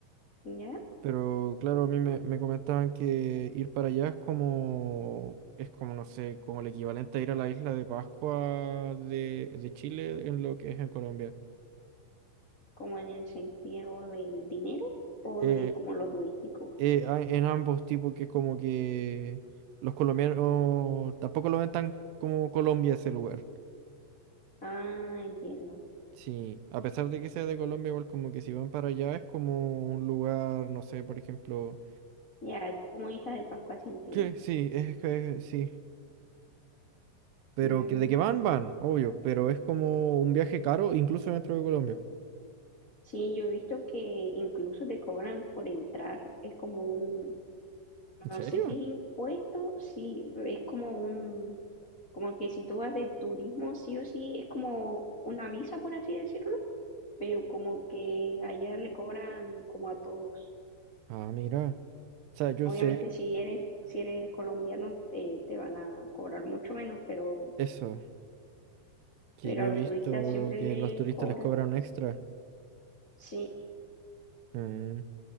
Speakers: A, on the left; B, on the right.
A: ¿ya?
B: Pero claro, a mí me, me comentaban que ir para allá es como, es como, no sé, como el equivalente a ir a la isla de Pascua de, de Chile en lo que es en Colombia.
A: Como en el sentido del dinero o
B: Eh,
A: de como lo turístico.
B: eh, a- en ambos tipos que como que los colombianos tampoco lo ven tan como Colombia ese lugar.
A: Ah, entiendo.
B: Sí, a pesar de que sea de Colombia, igual como que si van para allá es como un lugar, no sé, por ejemplo,
A: Ya, como Isla de Pascua, sí entiendo.
B: que sí, es que sí. Pero
A: Mm,
B: que de que van, van, obvio, pero es como un viaje caro incluso dentro de Colombia.
A: Sí, yo he visto que incluso te cobran por entrar, es como un,
B: ¿En
A: no
B: serio?
A: sé si es impuesto, sí, es como un, como que si tú vas de turismo, sí o sí, es como una visa, por así decirlo, pero como que allá le cobran como a todos.
B: Ah, mira. O sea, yo
A: Obviamente
B: sé
A: si eres, si eres colombiano, eh, te van a cobrar mucho menos, pero,
B: eso, que
A: pero
B: yo
A: a
B: he
A: los
B: visto
A: turistas siempre
B: que
A: les
B: los turistas
A: cobran.
B: les cobran extra,
A: Sí,
B: mm,